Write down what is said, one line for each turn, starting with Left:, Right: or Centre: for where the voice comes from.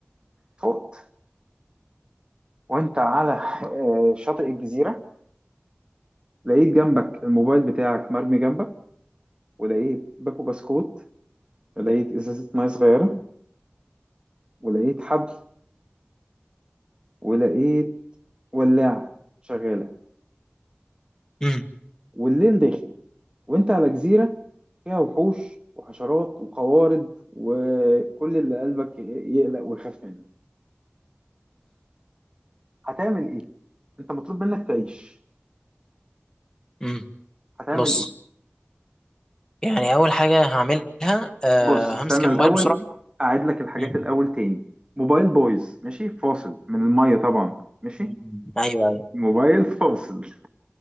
Right: فوت وانت على آه، شاطئ الجزيرة لقيت جنبك الموبايل بتاعك مرمي جنبك ولقيت باكو بسكوت ولقيت ازازة مية صغيرة ولقيت حبل ولقيت ولاعة شغالة
Left: مم.
Right: والليل داخل وانت على جزيرة فيها وحوش وحشرات وقوارض وكل اللي قلبك يقلق ويخاف منه هتعمل ايه؟ انت مطلوب منك تعيش
Left: مم.
Right: هتعمل
Left: بص
Right: ايه
Left: يعني اول حاجه هعملها أه
Right: بص استنى
Left: همسك الموبايل
Right: الاول
Left: بسرعه
Right: اعيد لك الحاجات
Left: مم.
Right: الاول تاني موبايل بايظ ماشي فاصل من الميه طبعا ماشي
Left: مم. ايوه ايوه
Right: موبايل <laughs> فاصل